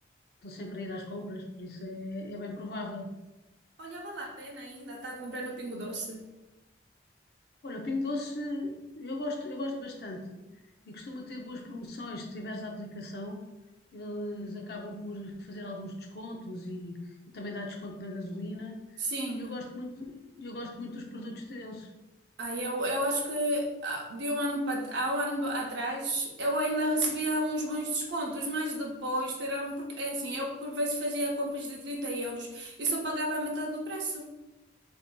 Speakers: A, on the left; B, on the right.
A: Estou sempre a ir às compras, por isso é, é bem provável.
B: Olha, vale a pena ainda estar a comprar no Pingo Doce.
A: Olha, o Pingo Doce eu gosto, eu gosto bastante e costuma ter boas promoções. Se tiveres a aplicação, eles acabam por fazer alguns descontos e, e também dá desconto na gasolina.
B: Sim.
A: E eu gosto muito, eu gosto muito dos produtos deles.
B: Ah, eu, eu acho que ah, de um ano para, há um ano atrás eu ainda recebia uns bons descontos, mas depois tiraram porque é assim, eu por vezes fazia compras de 30 euros e só pagava a metade do preço.